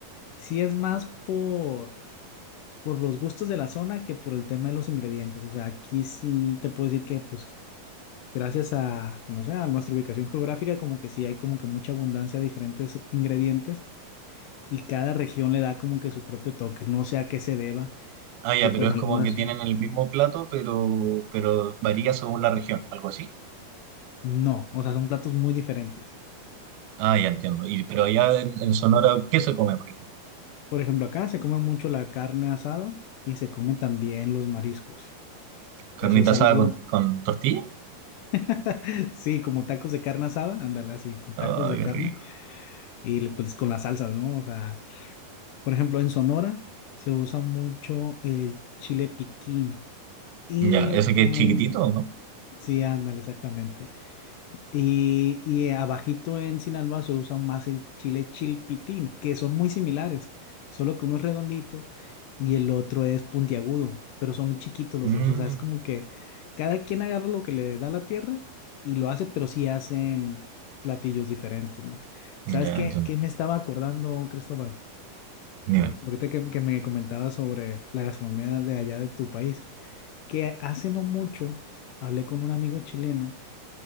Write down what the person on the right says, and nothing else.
Ah, ya,
pero es
como que tienen el mismo plato, pero, pero varía según la región, algo así.
Ah, ya entiendo. Y, pero allá en, en Sonora, ¿qué se come, por ejemplo?
¿Carnita
asada
con, con tortilla?
Ah,
qué
rico.
Ya,
ese que
es chiquitito, ¿no?
Mm,
ya
entiendo.
Mira,